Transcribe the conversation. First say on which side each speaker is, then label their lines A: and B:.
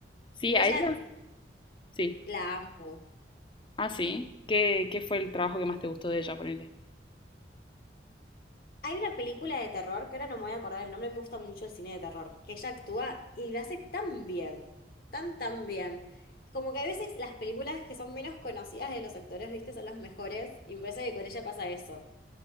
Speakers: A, on the left (about 25°); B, on the left (about 55°).
A: sí,
B: Ella
A: a ella. Sí.
B: la amo.
A: Ah, sí. ¿Qué, qué fue el trabajo que más te gustó de ella, ponele?
B: Hay una película de terror, que ahora no me voy a acordar el nombre, me gusta mucho el cine de terror, que ella actúa y lo hace tan bien, tan, tan bien. Como que a veces las películas que son menos conocidas de los actores, viste, son las mejores, y me parece que con ella pasa eso.